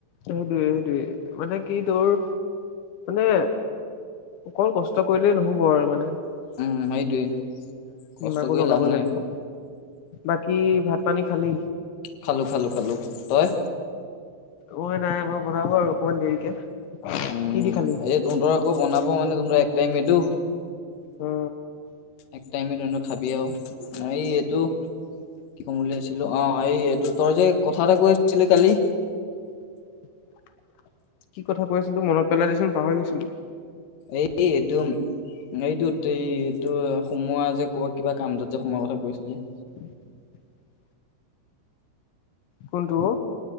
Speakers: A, on the left; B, on the left.
A: সেইটোৱে সেইটোৱে মানে কি তোৰ মানে অকল কষ্ট কৰিলেই নহব আৰু মানে
B: উম সেইটোৱে কষ্ট
A: দিমাকো
B: কৰি
A: লগাব
B: লাভ নাই
A: লাগিব বাকী ভাত পানী খালী
B: খালোঁ খালোঁ খালোঁ তই
A: মই নাই আমাৰ বনাব আৰু অকমান দেৰিকে
B: উম
A: কি দি খালি
B: এই তহঁতৰ আকৌ বনাব মানে তোমাৰ এক টাইম এইটো
A: অ
B: এক টাইমে তহঁত খাবি আও এই এইটো কি ক'ম বুলি ভাবিছিলো অ এই এইটো তই যে কথা এটা কৈ আছিলি কালি
A: <inaudible> কি কথা কৈ আছিলোঁ মনত পেলাই দেচোন পাহৰি গৈছিলো
B: এ এইটো এইটোত এই এইটো সোমোৱা যে ক'ৰবাত কিবা কামটো এটাত যে সোমোৱাৰ কথা কৈছিলি
A: <inaudible> কোনটো অ?